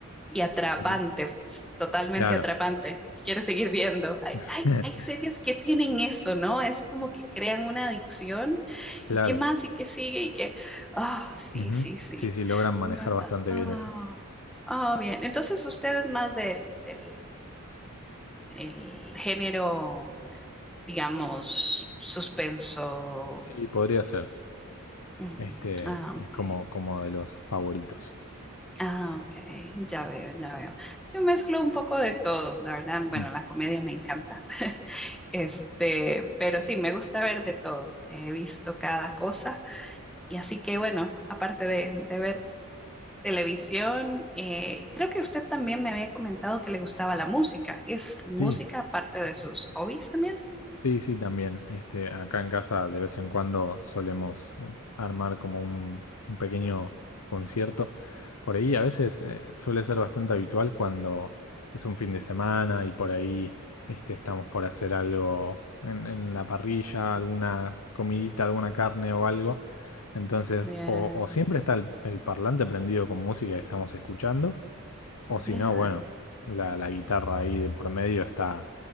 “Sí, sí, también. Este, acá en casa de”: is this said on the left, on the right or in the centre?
Left